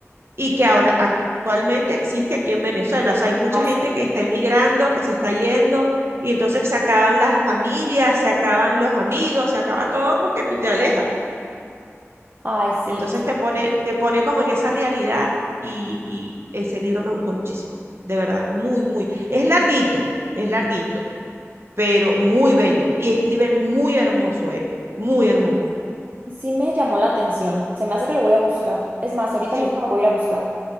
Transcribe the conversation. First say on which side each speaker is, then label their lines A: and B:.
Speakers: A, on the right; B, on the right.
A: y que ahora actualmente existe aquí en Venezuela. O sea, hay mucha
B: Así.
A: gente que está emigrando, que se está yendo, y entonces se acaban las familias, se acaban los amigos, se acaba todo porque tú te alejas.
B: Ay, sí,
A: Entonces te pone, te pone como en esa realidad y, y ese libro me gustó muchísimo, de verdad, muy, muy. Es larguito, es larguito, pero muy bello y escribe muy hermoso él, muy hermoso.
B: sí me llamó la atención. Se me hace que lo voy a buscar. Es más, ahorita
A: Sí,
B: mismo lo voy a ir a buscar.